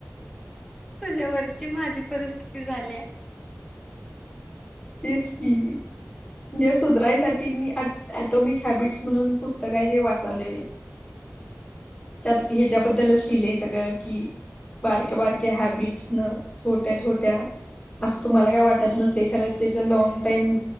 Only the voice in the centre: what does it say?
तुझ्यावरची माझी परिस्थिती झाल्या.